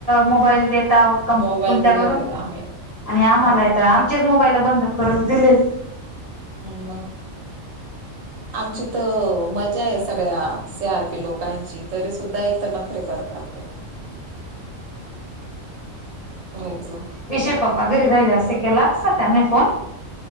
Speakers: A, on the left (about 40°); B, on the right (about 75°).
A: मोबाईल देता. पण
B: मोबाईल
A: तुमच्याकडून
B: दिलेले आहेत आम्ही
A: आणि आम्हांला
B: मग
A: येथे आमच्याच मोबाईला बंद करून दिलेले
B: हम् मग आमची तर मजा आहे सगळ्या सी आर पी लोकांची तरी सुद्धा एक तर न खरी करतात काय करायचं
A: येशय पप्पा घरी राहिले असते केला असता त्यांनी फोन.